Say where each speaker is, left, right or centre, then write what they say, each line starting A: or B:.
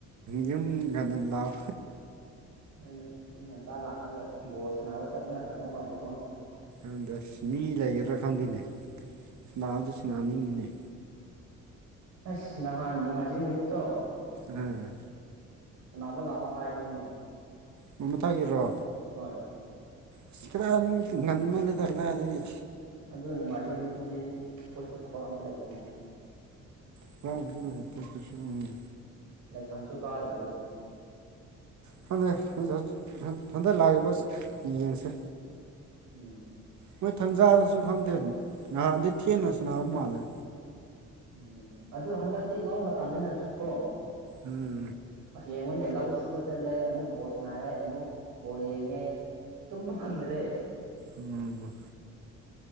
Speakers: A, on the right; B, on the right.
A: ꯌꯨꯝ ꯉꯟꯅꯥ ꯂꯥꯎ
B: ꯍꯅꯦ ꯌꯨꯡ ꯉꯟꯇꯥ ꯂꯥꯛꯑꯒ ꯕꯣꯜ ꯁꯥꯟꯅꯕ ꯆꯠꯄꯅ ꯐꯗꯧ ꯃꯥꯜꯂꯦ ꯀꯣ
A: ꯑꯪꯗ ꯁꯤ ꯃꯤ ꯂꯩꯥꯏꯒꯔ꯭ꯔ ꯈꯪꯗꯅꯦ <unintelligible> ꯁꯅꯤꯡꯉꯅꯤ
B: ꯑꯁ ꯅꯍꯥꯟ ꯅꯣꯡꯃꯥꯏꯖꯤꯡ ꯅꯨꯃꯤꯠꯇꯣ
A: ꯎꯝ
B: ꯁꯥꯟꯅꯕ ꯂꯥꯛꯑꯣ ꯍꯥꯏꯕꯅꯤꯅꯦ
A: ꯃ ꯃꯊꯛꯒꯤꯔꯣ
B: ꯍꯣꯏ
A: ꯑꯁ ꯀꯗꯥꯏ ꯃꯣꯏ ꯉꯟꯃꯜꯂꯦꯗ ꯀꯗꯥꯏꯗꯒꯤ
B: ꯑꯗꯨ ꯅꯣꯡꯃꯥꯏꯖꯤꯡ ꯅꯨꯃꯤꯠꯇꯨꯗꯤ ꯑꯩꯈꯣꯏꯁꯨ ꯊꯕꯛ ꯑꯝꯇ ꯂꯩꯇꯦꯅ
A: <unintelligible> ꯂꯥꯏꯇ꯭ꯔꯗꯨꯁꯨ <unintelligible>
B: ꯂꯥꯏꯁꯪꯁꯨ ꯀꯥꯗꯕꯗ ꯀꯣ
A: <unintelligible> ꯍꯟꯗꯛ ꯂꯥꯛꯏꯕ ꯌꯦꯡꯁꯦ
B: ꯎꯝ
A: ꯃꯣꯏ ꯊꯟꯖꯥꯗꯁꯨ ꯈꯪꯗꯦ ꯉꯍꯥꯟꯗꯤ ꯊꯦꯡꯅ ꯁꯥꯟꯅꯥꯕ ꯃꯥꯜꯂꯦ
B: ꯎꯝ ꯑꯗꯨ ꯍꯟꯗꯛꯇꯤ ꯂꯧ ꯃꯇꯝꯅꯤꯅ ꯀꯣ
A: ꯎꯝ
B: ꯑꯁ ꯌꯦꯡꯉꯨꯅꯦ ꯂꯧ ꯁꯨꯕ ꯆꯠꯂꯦ ꯑꯃꯨꯛ ꯕꯣꯁ ꯅꯥꯏꯑꯦ ꯑꯃꯨꯛ ꯕꯣꯜ ꯌꯦꯡꯉꯦ ꯇꯨꯝꯕ ꯐꯪꯗ꯭ꯔꯦ
A: ꯎꯝ